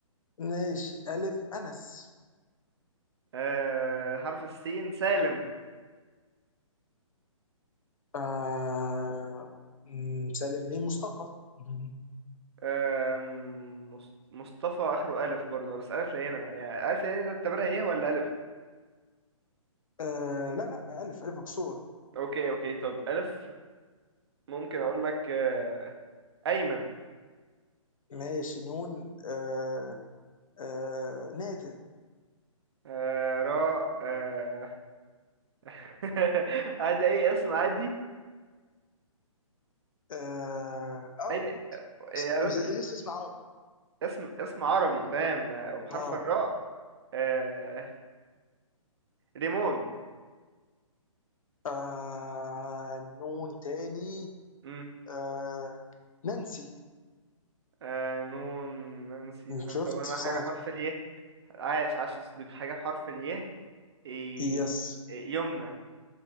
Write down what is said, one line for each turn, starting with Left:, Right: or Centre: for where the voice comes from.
Left: ماشي الف انس
Right: آه حرف السين سالم
Left: آه مم، سالم مين مصطفى مم.
Right: آه مص- مصطفى آخره ألف برضو بس ألف لينة يعني ألف لينة ده تعتبرها إيه ولا ألف؟
Left: آه لا لا ألف ألف مكسورة
Right: أوكي أوكي طب ألف ممكن أقول لك آه أيمن
Left: ماشي نون آه آه نادر
Right: آه راء آه <laughs> عادي أي اسم عادي
Left: اه آه،
Right: أي
Left: بالظبط بس
Right: يعني
Left: بس
Right: اسم
Left: بس اسم عربي
Right: اسم اسم عربي فاهم آه، وبحرف
Left: اه
Right: الراء آه... ريمون
Left: آه نون تاني
Right: مم.
Left: آه نانسي
Right: آه... نون نانسي نان-
Left: شفت
Right: طب انا
Left: سهلة
Right: حاجة حرف الياء عاش عاش يا صديقي حاجة بحرف الياء إيه...
Left: يس
Right: إيه، يمنى